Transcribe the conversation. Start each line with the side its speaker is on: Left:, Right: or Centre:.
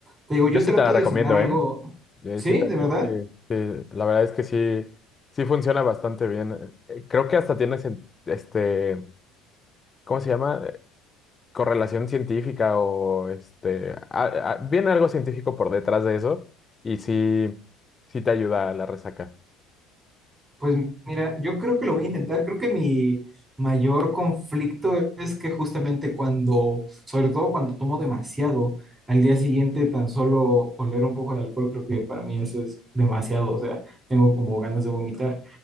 Right: te digo, yo
Left: Yo sí
Right: trato
Left: te la recomiendo,
Right: de cenar algo,
Left: ¿eh? Eh,
Right: ¿sí?
Left: sí, ta-
Right: ¿De verdad?
Left: sí, sí, la verdad es que sí, sí funciona bastante bien. Eh, Creo que hasta tiene, cien- este, ¿cómo se llama? Eh, Correlación científica o este, a- a- viene algo científico por detrás de eso y sí, sí te ayuda a la resaca.
Right: Pues mira, yo creo que lo voy a intentar. Creo que mi mayor conflicto es que justamente cuando, sobre todo cuando tomo demasiado, al día siguiente tan solo oler un poco de alcohol, creo que para mí eso es demasiado, o sea, tengo como ganas de vomitar.